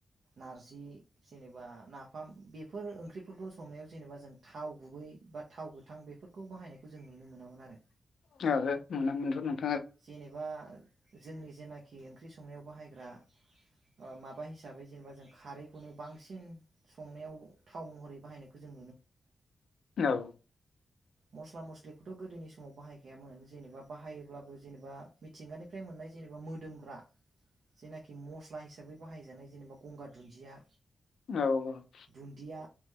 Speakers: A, on the right; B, on the left.
A: नारजि जेनेबा नाफाम बेफोर ओंख्रिफोरखौ संनायाव जेनेबा जों थाव गुबै बा थाव गोथां बेफोर खौ बाहायनायखौ जों नुनो मोनामोन आरो।
B: <unintelligible>
A: जेनेबा जोंनि जेनाखि ओंख्रि संनायाव बाहायग्रा। ओ माबा हिसाबै जेनेबा जों खारैखौनो बांसिन संनायाव थाव महरै बाहायनायखौ जों
B: औ।
A: मस्ला-मस्लिखौथ' गोदोनि समाव बाहायखायामोन जेनेबा बाहायोब्लाबो जेनेबा मिथिंगानिफ्राय मोननाय जेनेबा मोदोमग्रा। जेनाखि मस्ला हिसाबै बाहायजानाय जेनेबा गंगार दुन्दिया।
B: औ औ
A: दुन्दिया